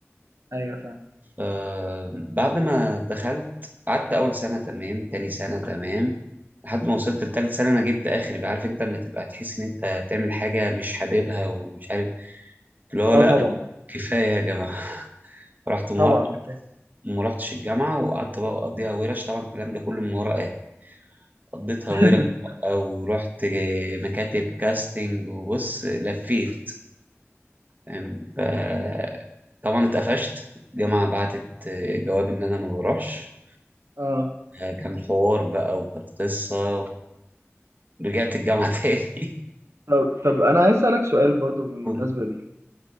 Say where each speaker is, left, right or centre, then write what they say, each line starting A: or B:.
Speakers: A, on the right; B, on the right.
A: ايوه فاهم
B: آه، بعد ما دخلت قعدت اول سنه تمام تاني سنه تمام لحد ما وصلت لتالت سنه انا جبت اخر بقى عارف انت لما تبقى تحس ان انت بتعمل حاجه مش حاببها ومش عارف اللي هو
A: اه
B: لا
A: طبعا
B: كفايه يا جماعه <laughs> رحت موقف
A: طبعا فاهم.
B: ما رحتش الجامعه وقعدت بقى اقضيها ورش طبعا الكلام ده كله من ورا اهلي قضيتها
A: <laughs>
B: ورش بقى ورحت مكاتب كاستنج وبص لفيت أم، ف- طبعا اتقفشت الجامعة بعتت آه، جواب إن أنا ما بروحش
A: اه
B: آه، كان حوار بقى وكانت قصة رجعت الجامعة <laughs> تاني
A: طب طب انا عايز اسالك سؤال برضو بالمناسبه
B: أمم،
A: دي